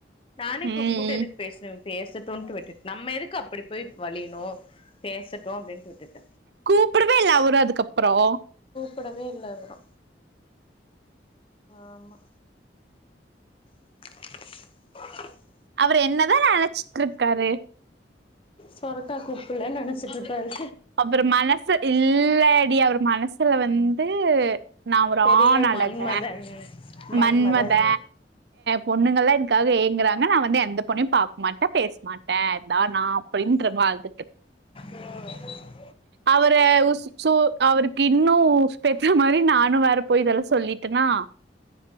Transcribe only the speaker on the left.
நானே
கூப்டு கூப்டு எதுக்கு பேசணு பேசட்டுன்டு விட்டுட் நம்ம எதுக் கு அப்டி போய் வலியணு பேசட்டு அப்டின்ட்டு விட்டுட்ட
குடவே இல்ல அவரு ஆமா <inaudible>
சொரக் குள்ள நெனச்சிட்ருக்காரு
பெரிய
மன்மதன் மன்மதன்
ஒ